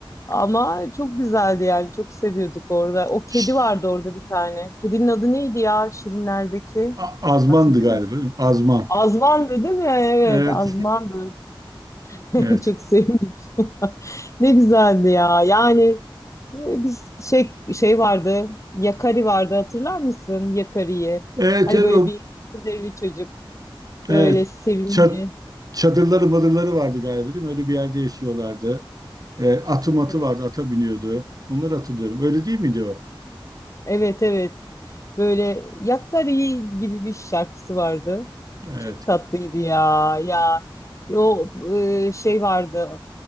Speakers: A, on the left; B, on the right.
A: ama çok güzeldi yani çok seviyorduk orada. O kedi
B: Ş-
A: vardı orada bir tane. Kedinin adı neydi ya Şirinler'deki?
B: A- Azmandı
A: Hatırlıyor
B: galiba,
A: musun?
B: değil mi? Azman.
A: Azman'dı değil mi? Evet,
B: Evet,
A: Azman'dı. <laughs>
B: <laughs> evet.
A: Çok sevdim. <laughs> Ne güzeldi ya. Yani e, biz şey şey vardı. Yakari vardı hatırlar mısın? Yakari'yi.
B: Evet,
A: Hani
B: evet,
A: böyle
B: o,
A: bir kız evli çocuk. Böyle
B: evet.
A: sevimli.
B: Çat, çadırları madırları vardı galiba, değil mi? Öyle bir yerde yaşıyorlardı. E, atı matı
A: Evet.
B: vardı, ata biniyordu. Onları hatırlıyorum. Öyle değil miydi o?
A: Evet evet. Böyle Yakkari gibi bir şarkısı vardı.
B: Evet.
A: Çok tatlıydı ya. Ya o e, şey vardı.